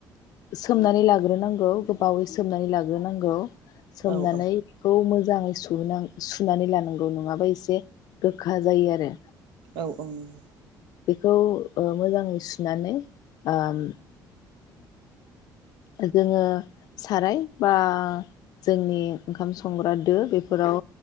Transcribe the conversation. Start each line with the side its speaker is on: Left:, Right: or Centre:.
Left: सोमनानै लाग्रोनांगौ गोबावै सोमनानै लाग्रोनांगौ सोमनानैखौ
Right: औ
Left: मोज जाङै सुनां सुनानै लानांगौ नङाबा एस से गोखा जायो आरो
Right: औ औ नंगौ
Left: बेखौ ओ मोजाङै सुनानै ओम जोङो साराय बा जोंनि ओंखाम संग्रा दो बेफोराव